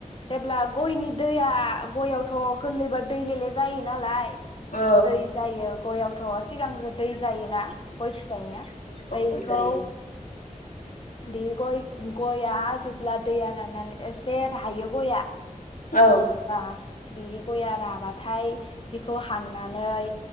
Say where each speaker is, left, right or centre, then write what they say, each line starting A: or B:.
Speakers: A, on the left; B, on the left.
A: जेब्ला गयनि दैया गययावथ' गोरलैबा दै लेले जायो नालाय
B: औ
A: दै जायो गयआव थ' सिगांग्रो दै जायोना गय फि <unintelligible> बैखौ
B: औ जायो
A: बे गय गया जेब्ला दैया राननानै एसे राहायो गया
B: औ
A: बा बि गया राबाथाय बेखौ हाननानै